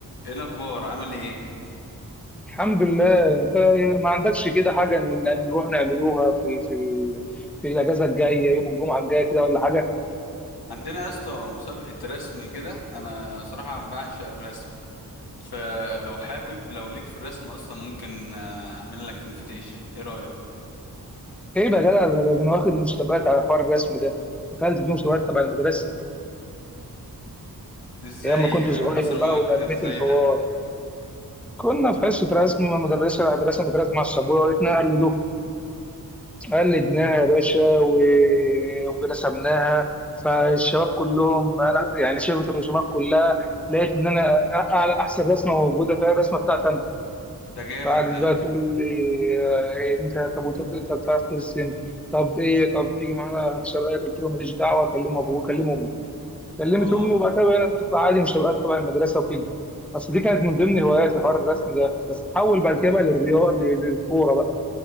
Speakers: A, on the left; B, in the centre.
A: ايه الاخبار عامل ايه
B: الحمد لله انت ما عندكش كده حاجه ان إن نروح نعملوها في في ال- في الاجازه الجايه يوم الجمعه الجايه كده ولا حاجه
A: عندنا يا اسطى مسابقه رسم كده انا صراحه بعشق الرسم فلو حابب لو ليك في الرسم اصلا ممكن آه، اعمل لك انفيتيشن ايه رايك
B: ايه بقى يا جدع ده انا واخد مسابقات على حوار الرسم ده دخلت في مسابقات تبع المدرسه
A: ازاي
B: ايام ما كنت صغير
A: آه، حصل معاك
B: بقى ونميت
A: ازاي
B: الحوار
A: ده
B: كنا في حصه رسم مع المدرسه قاعد رسمت رسمه على السبوره وقالتنا قلدوه قلدناها يا باشا و... ورسمناها فالشباب كلهم انا يعني شافت الرسومات كلها لقيت ان انا أعلى احسن رسمه موجوده فيها الرسمه بتاعتي
A: ده جامد
B: بعد
A: ده
B: بقى تقول لي آه، إيه، انت طب وانت بت- انت بتعرف ترسم طب ايه طب تيجي معانا مسابقات قلت لهم ماليش دعوه كلم ابوه كلم امي كلمت
A: اه
B: امي وبعد كده بقينا بنطلع عادي مسابقات تبع المدرسه وكده بس دي كانت من ضمن هواياتي حوار الرسم ده بس تحول بعد كده بقى للرياضه للكوره بقى